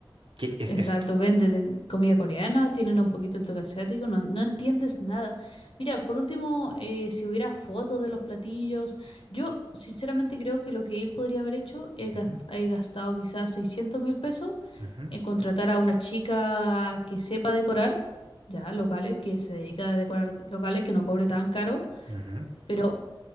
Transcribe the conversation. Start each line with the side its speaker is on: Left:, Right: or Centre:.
Right: ¿Qué es
Left: Exacto,
Right: esto?
Left: venden comida coreana, tienen un poquito el toque asiático, no, no entiendes nada. Mira, por último, eh, si hubiera fotos de los platillos, yo sinceramente creo que lo que él podría haber hecho es gast-
Right: Ujú,
Left: es gastado quizás seiscientos mil pesos
Right: ujú,
Left: en contratar a una chica que sepa decorar, ya locales, que se dedica a decorar locales, que no cobre tan caro,
Right: ujú.
Left: pero